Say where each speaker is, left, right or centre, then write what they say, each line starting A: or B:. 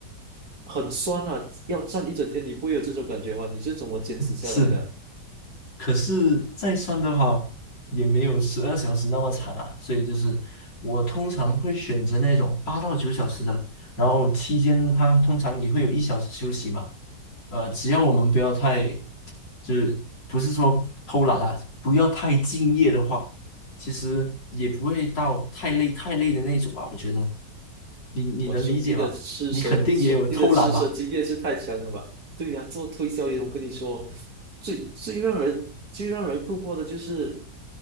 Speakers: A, on the right; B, on the left.
A: 很酸啊，要站一整天，你不会有这种感觉吗？你是怎么坚持下来的？
B: 是，可是再算的话，也没有十二小时那么长啊，所以就是我通常会选择那种八到九小时的，然后期间它通常也会有一小时休息嘛，呃，只要我们不要太，就是不是说偷懒啊，不要太敬业的话，其实也不会到太累太累的那种吧，我觉得，你你能理解吧？
A: 哇，兄弟的吃蛇，
B: 你肯定也有偷懒吧？
A: 兄弟的吃蛇经验是太强了吧？对呀、做推销员，我跟你说，最最让人最让人困惑的就是